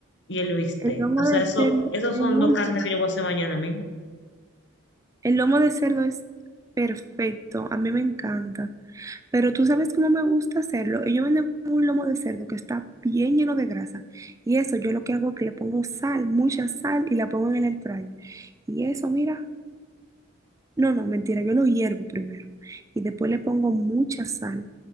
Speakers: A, on the left; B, on the right.
A: y el bistec.
B: el lomo
A: O
B: de
A: sea, eso,
B: cerdo
A: esos
B: es
A: son
B: muy
A: dos carnes que yo voy a hacer mañana mismo.
B: El lomo de cerdo es perfecto, a mí me encanta. Pero tú sabes cómo me gusta hacerlo. Ellos venden un lomo de cerdo que está bien lleno de grasa. Y eso yo lo que hago es que le pongo sal, mucha sal, y la pongo en el air fryer. Y eso, mira, no, no, mentira, yo lo hiervo primero. Y después le pongo mucha sal.